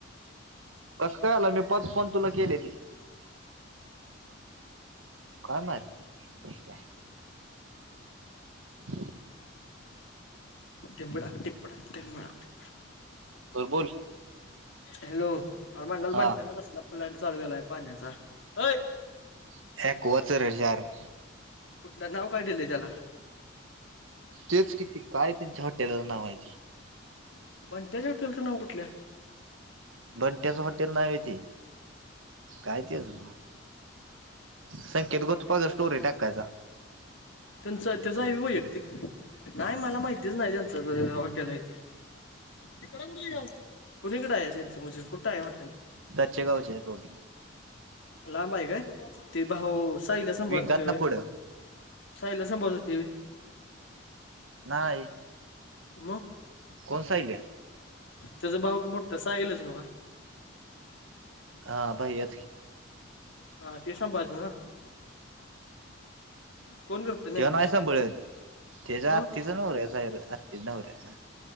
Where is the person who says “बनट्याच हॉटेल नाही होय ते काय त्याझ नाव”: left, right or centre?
Right